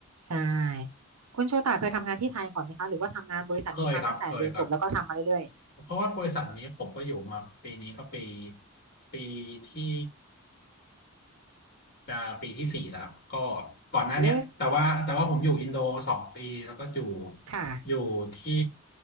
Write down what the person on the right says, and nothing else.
ใช่คุณโชตาเคยทำงานที่ไทยก่อนไหมคะหรือว่าทำงานบริษัทนี้มาตั้งแต่เรียนจบแล้วก็ทำมาเรื่อย
ๆโอ้ค่ะ